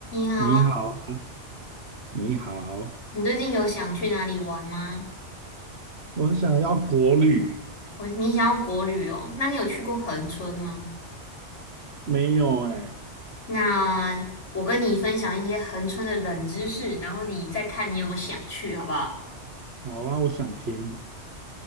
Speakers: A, on the left (about 90°); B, on the right (about 60°).
A: 你好啊，
B: 你好，你好，
A: 你最近有想去哪里玩吗？
B: 我想要国旅，
A: 我你想要国旅哦，那你有去过恒春吗？
B: 没有哎、
A: 那我跟你分享一些恒春的冷知识，然后你再看你有没有想去，好不好？
B: 好啊，我想听。